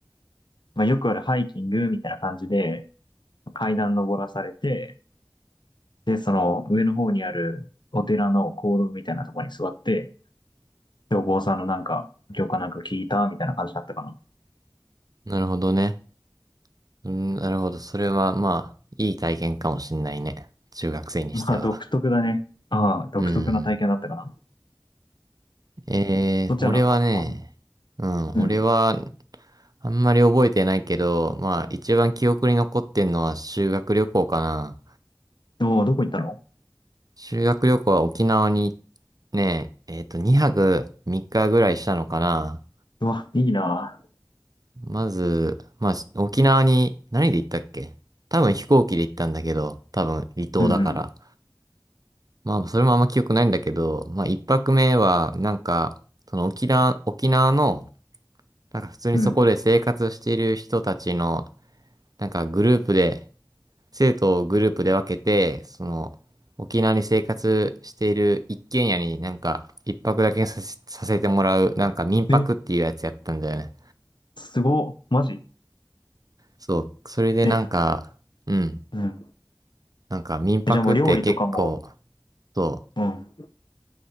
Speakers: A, on the left; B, on the right.
A: まあ、よくあるハイキングみたいな感じで、階段登らされて、で、その上の方にあるお寺の講堂みたいなところに座って、で、お坊さんのなんか、教科なんか聞いたみたいな感じだったかな。
B: なるほどね。うん、なるほど。それはまあ、いい体験かもしんないね。中学生にしては。
A: まあ、独特だね。ああ、独特な体験だったかな。
B: うん。えー、
A: そっちはなかった
B: 俺はね、うん、
A: うん。
B: 俺は、あんまり覚えてないけど、まあ、一番記憶に残ってんのは修学旅行かな。
A: おお、どこ行ったの
B: 修学旅行は沖縄にね、えっと、2泊3日ぐらいしたのかな。
A: うわ、いいな。
B: まず、まあ、沖縄に何で行ったっけ多分飛行機で行ったんだけど、多分離島だから。
A: うんうん。
B: まあ、それもあんま記憶ないんだけど、まあ、一泊目は、なんか、その沖縄、沖縄の、なんか普通にそこで生活している人たちの、
A: うん。
B: なんかグループで生徒をグループで分けて、その、沖縄に生活している一軒家になんか、一泊だけさせ、させてもらう、なんか民泊っていうやつやったんだよね。
A: え、すご。マジ
B: そう、それでなんか、
A: え、
B: うん、
A: うん。
B: なんか民泊って結構、
A: えじゃあもう料理とかも、
B: そ
A: うん。